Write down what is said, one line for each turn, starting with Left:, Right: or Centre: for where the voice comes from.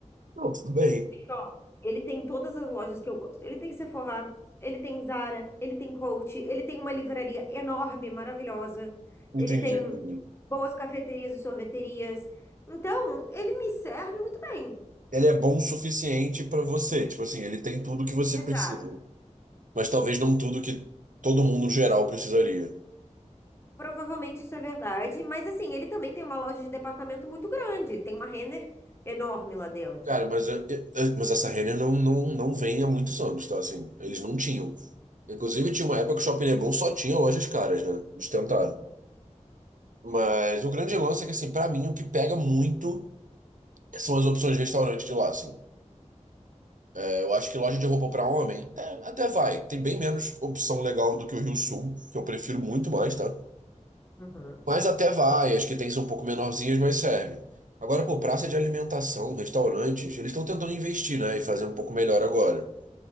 Right: Não, tudo bem.
Left: O shopping, ele tem todas as lojas que eu gosto. Ele tem Sephora, ele tem Zara, ele tem Coach, ele tem uma livraria enorme, maravilhosa.
Right: Entendi.
Left: Ele tem
Right: entendi.
Left: boas cafeterias e sorveterias. Então, ele me serve muito bem.
Right: Ele é bom o suficiente pra você. Tipo assim, ele tem tudo que você
Left: Exato.
Right: precisa. Mas talvez não tudo que todo mundo no geral precisaria.
Left: Provavelmente isso é verdade, mas assim, ele também tem uma loja de departamento muito grande, ele tem uma Renner enorme lá dentro.
Right: Cara, mas, eu- eu- mas essa Renner não, não, não vem há muitos anos, tá? Assim, eles não tinham. Inclusive, tinha uma época que o Shopping Leblon só tinha lojas caras, né? Eles tentaram. Mas o grande lance é que, assim, pra mim, o que pega muito São as opções de restaurante de lá, assim. É, eu acho que loja de roupa pra homem até, até vai. Tem bem menos opção legal do que o Rio Sul, que eu prefiro muito mais, tá?
Left: Uhum.
Right: Mas até vai. As que tem são um pouco menorzinhas, mas serve. Agora, pô, praça de alimentação, restaurantes, eles estão tentando investir, né? E fazer um pouco melhor agora.